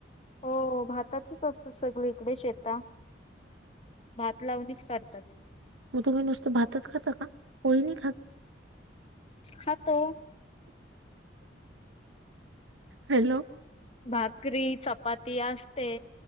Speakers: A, on the left (about 30°); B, on the right (about 90°).
A: हो.. भातचच असतं सगळ इकडे शेता भात लावणीच करतात.
B: मग तुम्ही नुसतं भातच खाता का? पोळी नाही खात?
A: खातो.
B: हॅलो
A: भाकरी, चपाती असते.